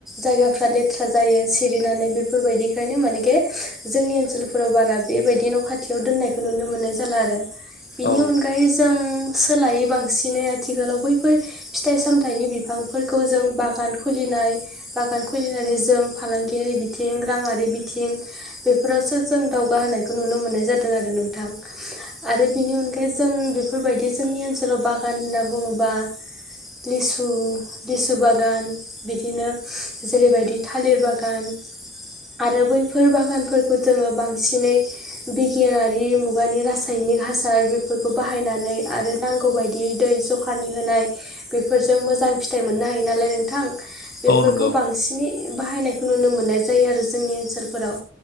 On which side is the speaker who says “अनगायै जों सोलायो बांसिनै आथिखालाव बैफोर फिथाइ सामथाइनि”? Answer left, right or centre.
Centre